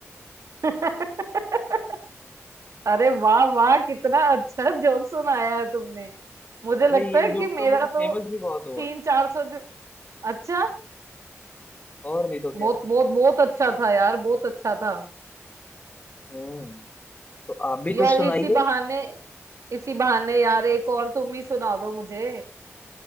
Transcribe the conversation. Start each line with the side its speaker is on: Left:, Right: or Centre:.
Right: <laughs> अरे वाह वाह कितना अच्छा जोक सुनाया है तुमने मुझे
Left: अरे
Right: लगता
Left: ये
Right: है
Left: जोक
Right: कि
Left: तो
Right: मेरा
Left: मेरा
Right: तो
Left: फेमस भी बहुत हुआ
Right: तीन चार सौ अच्छा
Left: और नहीं तो क्या
Right: बहुत बहुत बहुत अच्छा था यार बहुत अच्छा था
Left: हम्म तो आप भी
Right: यार
Left: कुछ सुनाइए
Right: इसी बहाने इसी बहाने यार एक और तुम ही सुना दो मुझे